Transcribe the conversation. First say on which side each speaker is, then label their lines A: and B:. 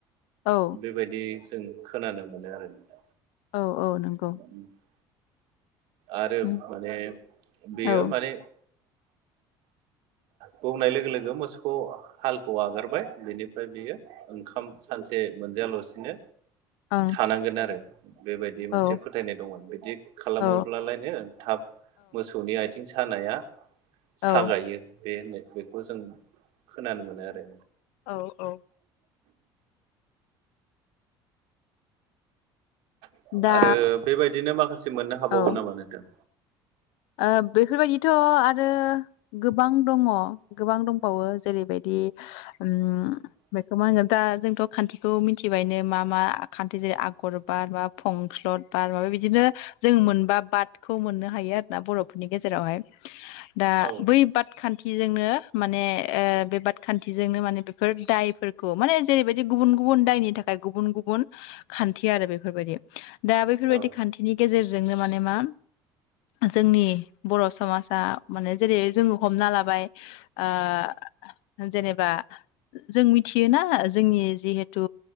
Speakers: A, on the left; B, on the right.
A: औ
B: बेबायदि जों खोनानो मोनो आरो न
A: औ औ नंगौ
B: <unintelligible> आरो
A: उम
B: माने बेयो
A: औ
B: माने बौनाय लोगो लोगो मोसौखौ हालखौ आगारबाय बेनि फ्राय बियो ओंखाम सानसे मोनजायालासिनो
A: ओं
B: थानांगोन आरो बेबायदि मोनसे
A: ओं
B: फोथायनाय दंमोन बिदि खालामो
A: औ
B: लायनो थाब मोसौनि आथिं सानाया
A: औ
B: सागायो बे होनो बेखौ जों खोनानो मोनो आरो
A: औ औ
B: <inaudible>
A: दा
B: आरो बेबायदिनो माखासे मोननो हाबावगोन
A: औ
B: नामा नोंथां?
A: ओ बैफोरबायदिथ' आरो गोबां दङ गोबां दंबावो जेरैबायदि उम बेखौ मा होनगोन दा जोंथ' खान्थिखौ मिथिबायनो मा मा खान्थि जेरै आगर बार बा फंस्लद बार माबा बिदिनो जों मोनबा बाद खौ मोननो हायो आरो ना बर'फोरनि गेजेरावहाय दा
B: औ
A: बै पाद खान्थिजोंनो माने ओ बे बाद खान्थिजोंनो माने बेफोर दाय फोर खौ माने जेरैबायदि गुबुन-गुबुन दायनि थाखाय गुबुन-गुबुन खान्थि आरो बेफोरबायदि। दा बैफोरबायदि
B: औ
A: खान्थिनि गेजेरजोंनो माने मा जोंनि बर' समाजा माने जेरै जों हमना लाबाय। ओ जेनेबा जों मिथियोना जोंनि जिहेथु